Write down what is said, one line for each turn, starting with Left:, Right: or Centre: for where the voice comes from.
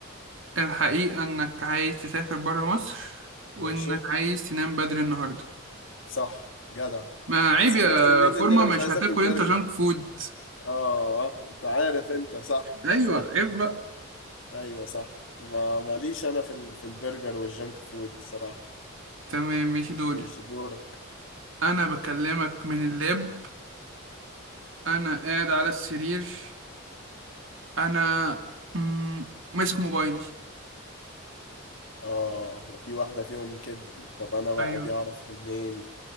Right: الحقيقة انك عايز تسافر برا مصر وانك
Left: ماشي
Right: عايز تنام بدري النهاردة
Left: صح جدع
Right: ما عيب
Left: انت
Right: يا
Left: عرفت منين
Right: فورما
Left: ان انا
Right: مش
Left: مش عايز
Right: هتاكل
Left: اكل برجر
Right: انت جانك فود
Left: اه آه، انت عارف انت صح
Right: ايوه
Left: صح
Right: عيب بقى
Left: ايوه صح ما ماليش انا في ال- في البرجر والجنك فود صراحه
Right: تمام ماشي دوري
Left: ماشي دورك
Right: انا بكلمك من اللاب انا قاعد على السرير انا مم، ماسك موبايلي
Left: اه ده في واحده فيهم كده طب انا بقى
Right: ايوه
Left: دي اعرفها منين